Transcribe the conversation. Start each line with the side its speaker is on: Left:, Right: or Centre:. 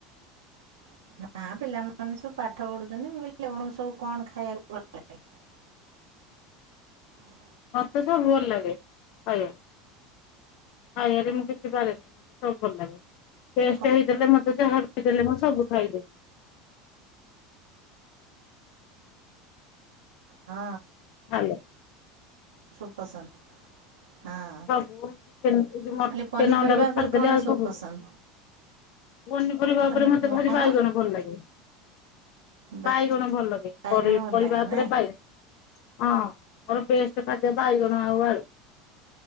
Right: <inaudible> ନା ପିଲାମାନେ ସବୁ ପାଠ ପଢୁଛନ୍ତି ମୁଁ କହିଲିଣ ସବୁ କଣ ଖାଇବାକୁ ଭଲ ପାଇଁ ବେ <unintelligible>
Left: ମତେ ସବୁ ଭଲ ଲାଗେ ଆଜ୍ଞା, ଖାଇବାରେ ମୁଁ ବରେନି ମତେ ସବୁ ଭୁଲ ଲାଗେ,
Right: କହିଲେ
Left: କେଷ୍ଟା ହେଇଥିଗଲେ ମତ୍ <inaudible> ସେ ଯାହା ରୁଟି ଦେଲେ ମୁଁ ସବୁ ଖାଇଦେଇ <unintelligible>
Right: ଆ
Left: ହାଲୋ
Right: ପସନ୍ଦ ହଁ ମୁଁ
Left: ସବୁ ଚିକେନ ମଟେନ୍ଚି
Right: କହିଲି
Left: ଚିକେନ
Right: ପନିପରିବା
Left: ଅଣ୍ଡାକୁ ଛାଡିଦେଲେ
Right: ଉପରେ କଣ
Left: ଆଉ ସବୁ
Right: ପସନ୍ଦ
Left: ପନିପରିବା
Right: ମଟନ
Left: ଉପରେ ମତେ
Right: ମ-
Left: ଭାରି
Right: କଣ
Left: ବାଇଗଣ ଭଲ ଲାଗେ
Right: ବା-
Left: ବାଇ ଗଣ ଭଲରେ
Right: ବାଇଗଣ ଭଲ
Left: ପରିବା
Right: ଲାଗେ
Left: ଉପରେ
Right: ନା
Left: ବାଇଗଣ ହଁ ହରେ ଟେଷ୍ଟ୍ ଖାଦ୍ୟ ପାଇଗଲୁ ଆୱରି, <inaudible>